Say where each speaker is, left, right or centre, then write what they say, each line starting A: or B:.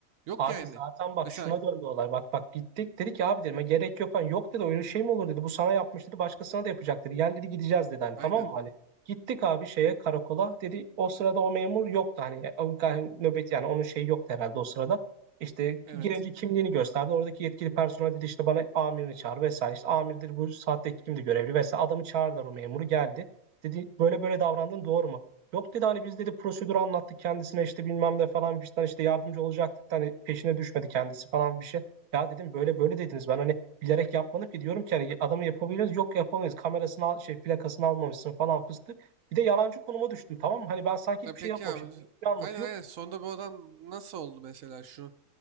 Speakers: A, on the right; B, on the right.
A: Yok
B: Abi
A: yani.
B: zaten bak
A: Mesela
B: şuna döndü olay. Bak bak gittik. Dedi ki abi dedim "e, gerek yok. Hani, yok dedi öyle şey mi olur dedi. Bu sana yapmış dedi. Başkasına da yapacak dedi. Gel dedi gideceğiz dedi. Hani
A: aynen
B: tamam mı hani. Gittik abi şeye karakola. Dedi o sırada o memur yoktu. Hani, "E, o- yani nöbet yani onun şeyi yoktu herhalde o sırada. İşte
A: evet.
B: girince kimliğini gösterdi. Oradaki yetkili personel dedi işte bana amirini çağır vesaire. İşte amirdir bu saatte kimdi görevli vesaire. Adamı çağırdılar o memuru geldi. Dedi böyle böyle davrandın doğru mu? Yok dedi hani biz dedi prosedürü anlattık kendisine işte bilmem ne falan bir şeyden işte yardımcı olacaktık hani peşine düşmedi kendisi falan bir şey. Ya dedim böyle böyle dediniz ben hani bilerek yapmadık ki diyorum ki hani adamı yapabiliriz yok yapamayız kamerasını al, şey plakasını almamışsın falan fıstık. Bir de yalancı konuma düştüm tamam mı? Hani ben sanki
A: E,
B: hiçbir
A: peki
B: şey yapmamışım.
A: abi.
B: Bir şey anlatıyor.
A: Aynen aynen. Sonunda bu adam nasıl oldu mesela şu?